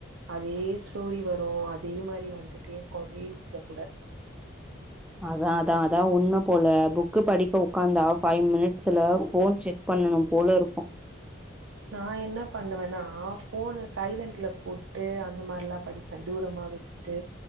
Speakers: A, on the right; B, in the centre.
A: அதே ஸ்டோரி வரும் அதே மாரி வந்துட்டே இருக்கோ ரீல்ஸ்ல கூட
B: அதான் அதான் அதான் உண்மை போல புக்கு படிக்க உக்காந்தா ஃபைவ் மினிட்ஸ்ல ஃபோன் செக் பண்ணணும் போல இருக்கும்
A: நான் என்ன பண்ணுவேன்னா ஃபோனு சைலன்ட்ல போட்டு அந்த மாரிலா படிப்பேன் தூரமா வச்சுட்டு